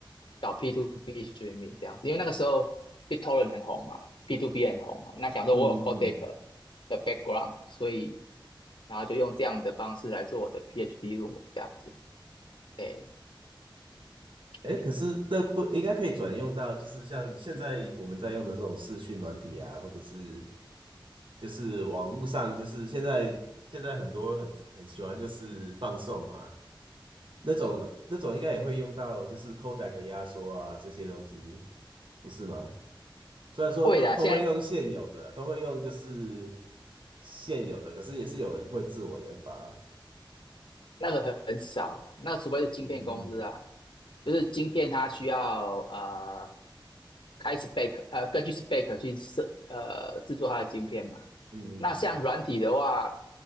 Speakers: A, on the left (about 85°); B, on the right (about 70°).
A: 搞 P to P streaming 这样子，因为那个时候 BitTorrent 很红嘛，P to P 很红嘛，那想说我有
B: 嗯嗯嗯，
A: Codec 的 background，所以然后就用这样的方式来做我的 PhD 论文这样子，哎
B: 哎，
A: 哎，
B: 可是那不应该可以转用到，就是像现在我们在用的这种视讯软体啊，或者是就是网络上，就是现在现在很多很很喜欢就是放送嘛，那种那种应该也会用到，就是 codec 的压缩啊这些东西，不是吗？虽然说都都会用现有的，
A: 会的，现在。
B: 都会用就是现有的，可是也是有人会自我研发。
A: 那个很很少啊，那除非是晶片公司啊，
B: 嗯嗯
A: 就是晶片它需要呃开 spec 呃根据 spec 去设呃制作它的晶片嘛。
B: 嗯嗯嗯
A: 那像软体的话，